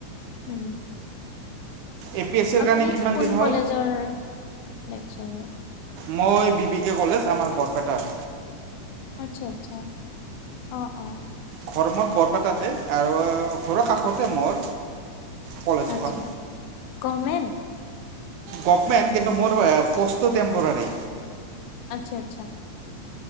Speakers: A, on the left; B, on the right.
A: উম
B: এ পি এছ চিৰ
A: আপুনি
B: কাৰণে কিমান
A: কোন
B: দিন হ'ল
A: কলেজৰ? <inaudible>
B: মই বি ভি কে কলেজ আমাৰ বৰপেটাৰ।
A: আচ্ছা আচ্ছা অ অ।
B: ঘৰ মোৰ বৰপেটাতে আৰু ঘৰৰ কাষতে মোৰ। কলেজখন
A: আচ্ছা গহমেণ্ট? <inaudible>
B: গভমেণ্ট কিন্তু মোৰ এ কোৰ্চটো টেম্পৰাৰী।
A: আচ্ছা আচ্ছা।